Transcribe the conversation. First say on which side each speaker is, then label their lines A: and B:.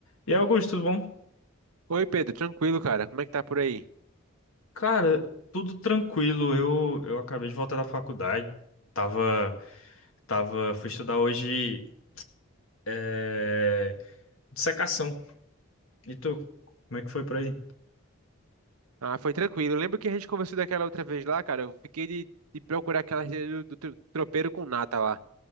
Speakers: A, on the left (about 70°); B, on the right (about 90°).
A: E aí, Augusto, tudo bom?
B: Oi, Pedro, tranquilo, cara? Como é que tá por aí?
A: Cara, tudo tranquilo. Eu, eu acabei de voltar da faculdade. Tava, tava, fui estudar hoje é, dissecação. E tu? Como é que foi por aí?
B: Ah, foi tranquilo. lembro que a gente conversou daquela outra vez lá, cara. Eu fiquei de, de procurar aquela receita do, do tro- tropeiro com nata lá.